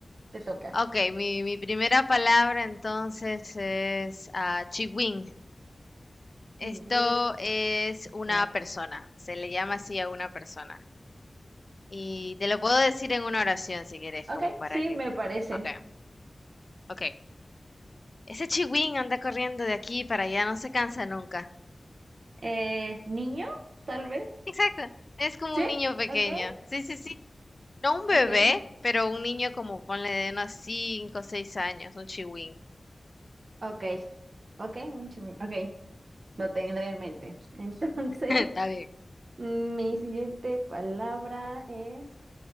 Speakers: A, on the right; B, on the left.
A: te toca.
B: Ok, mi, mi primera palabra entonces es ah, chiwin.
A: Kiwi,
B: Esto es
A: ok.
B: una persona, se le llama así a una persona. Y te lo puedo decir en una oración si quieres,
A: Ok,
B: como para
A: sí,
B: que...
A: me parece.
B: Ok, ok. Ese chiwin anda corriendo de aquí para allá, no se cansa nunca.
A: Eh, niño, tal vez.
B: Exacto, es como
A: ¿Sí?
B: un niño pequeño.
A: Ok,
B: Sí, sí, sí. No un bebé,
A: ok,
B: pero un niño como ponle de unos 5, o 6 años, un chihuín.
A: ok, ok, un chimi- ok, lo tendré en mente. Entonces,
B: <laughs> Está
A: <laughs>
B: bien.
A: mi siguiente palabra es